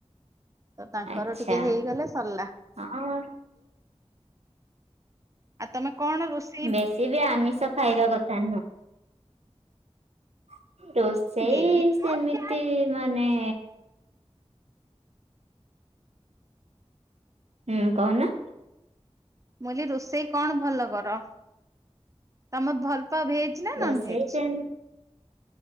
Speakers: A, on the right; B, on the right.
A: ତ ତାଙ୍କର
B: ଆଚ୍ଛା
A: ଟିକେ ହେଇଗଲେ ସରିଲା।
B: ହଁ
A: ଆଉ ତମେ କଣ ରୋଷ
B: ବେଶୀ ବି ଆମିଷ ଖାଇବା କଥା ନୁହଁ ରୋସ ସେଇ
A: ଡେଲି ନୁହଁ
B: ସେମିତି
A: ମୁଁ
B: ମାନେ ହୁଁ କହୁନ।
A: ମୁ କଇଲି ରୋଷେଇ କଣ ଭଲ କର? ତମେ ଭଲ ପା ଭେଜ ନା
B: ରୋଷେଇ
A: ନନ ଭେଜ
B: କେନ